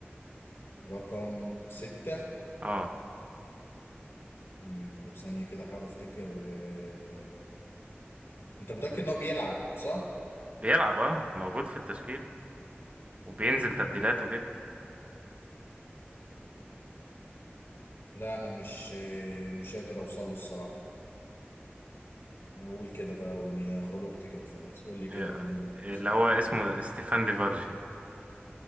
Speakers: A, on the left; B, on the right.
A: رقم ستة
B: اه
A: مم، طب ثانية كده احاول افتكر آه، انت متأكد ان هو بيلعب صح؟
B: بيلعب اه موجود في التشكيل وبينزل تبديلات وكده
A: لا انا مش آه، مش قادر اوصل له الصراحة اقول كده بقى ومين انا غلبت كده خلاص قول لي كده
B: آه،
A: ومين بقى
B: اللي هو اسمه ستيفان ديفارجي